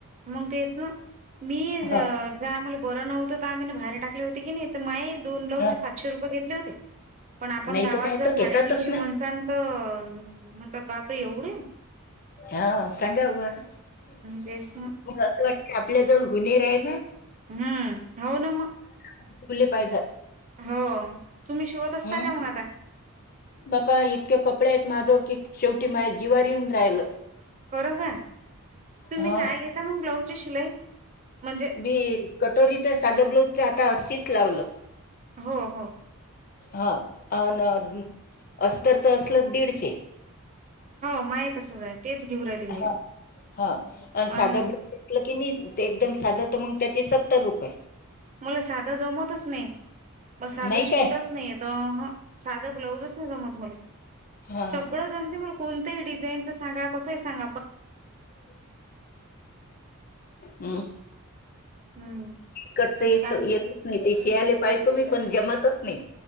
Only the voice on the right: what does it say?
मग, तेच ना मी ज-
जेव्हा आम्हाला बरं नव्हतं तर आम्ही बाहेर टाकली होती किनी तर, माई दोन ब्लाऊजचे
सातशे रुपये घेतले होते. पण आपण
गावात
जर
साडेतीनशे
माणसन तर म्हणतात बापरे! एवढे.
तेच ना
हा, होना म.
हो, तुम्ही शिवत असता
का मग आता?
बरं का, तुम्ही
काय घेता मग ब्लाउजची शिलाई? म्हणजे
हो हो.
हो, माय तसंच आहे. तेच घेऊ राहिली मी
अन
मला साधं जमतच नाही. मग साधं
शिवताच
नाही येत. अहं साधं ब्लाऊजच नाही जमत मले.
सगळं जमते मला कोणतंही डिझाईनचं सांगाल - कसं आहे सांग?
हम्म.
काय